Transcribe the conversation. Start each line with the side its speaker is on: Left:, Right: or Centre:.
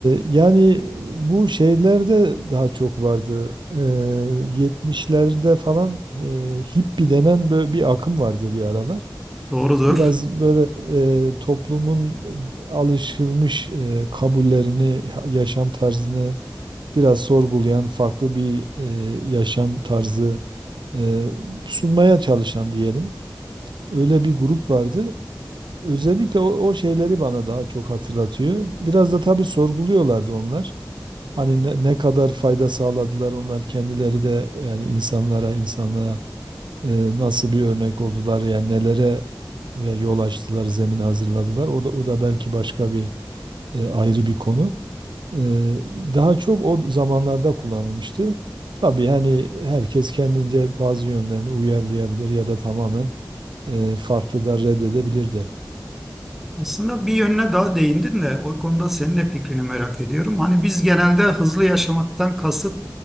Right: yani bu şeylerde daha çok vardı. E, 70'lerde falan e, hippie denen böyle bir akım vardı bir aralar
Centre: Doğrudur.
Right: biraz böyle e, toplumun alışılmış e, kabullerini, ya- yaşam tarzını biraz sorgulayan farklı bir e, yaşam tarzı e, sunmaya çalışan diyelim. Öyle bir grup vardı. Özellikle o, o şeyleri bana daha çok hatırlatıyor. Biraz da tabii sorguluyorlardı onlar. Hani ne, ne kadar fayda sağladılar onlar kendileri de yani insanlara, insanlığa e, nasıl bir örnek oldular yani nelere ve yol açtılar, zemin hazırladılar. O da, o da belki başka bir e, ayrı bir konu. E, daha çok o zamanlarda kullanılmıştı. Tabii hani herkes kendince bazı yönlerini uyarlayabilir ya da tamamen e, farklı da reddedebilirdi.
Centre: Aslında bir yönüne daha değindin de o konuda senin de fikrini merak ediyorum. Hani biz genelde hızlı yaşamaktan kasıt